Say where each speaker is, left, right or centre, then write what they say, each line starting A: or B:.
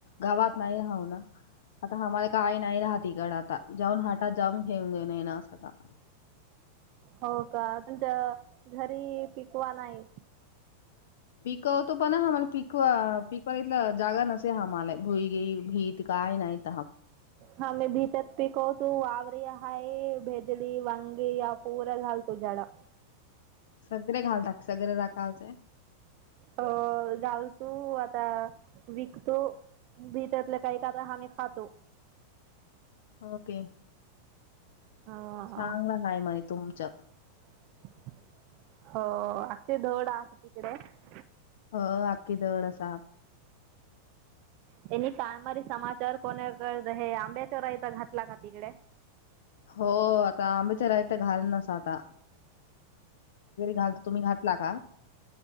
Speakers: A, on the left; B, on the right.
A: गावात नाही राहू ना आता आम्हाला काय नाही राहत इकड आता जाऊन हटात जाऊन घेऊन घेऊन ना असं आता-
B: हो का? तुमच्या घरी -पिकवा नाही-
A: पिकवतो पण, आमाला पिकवा पिकवायला इथला जागा नसे हमाला भुईगी भीत काय नाहीत-
B: हा मे भीतर- पिकवतो वावर हाय भेदळी वंगी या पूरल हल तू जड-
A: सगळेे घालता सगळे टाकायचंय?
B: हो, घालतो आता विकतो भी त्यातलं काही काता आमही खातो-
A: ओके. <unintelligible>
B: अं,
A: तुमच-
B: हो- <unintelligible> आहे तिकड-
A: अ आखखी <unintelligible>
B: त्यांनी कायमारी समाचार कोणाक हे आंब्याच्या रा इथ घातला का तिकडे
A: हो आता आंबेच्या राहत घाल नस आता घाल तुम्ही घला का